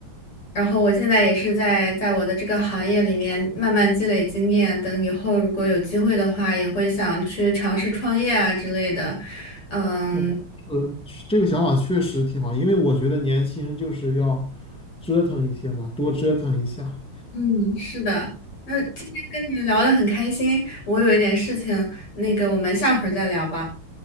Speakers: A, on the left; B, in the centre.
A: 然后我现在也是在在我的这个行业里面慢慢积累经验，等以后如果有机会的话，也会想去尝试创业啊之类的。嗯
B: 嗯，是，这个想法确实挺好，因为我觉得年轻人就是要折腾一些嘛，多折腾一下。
A: 嗯，是的。那今天跟你聊得很开心，我有一点事情，那个我们下回儿再聊吧。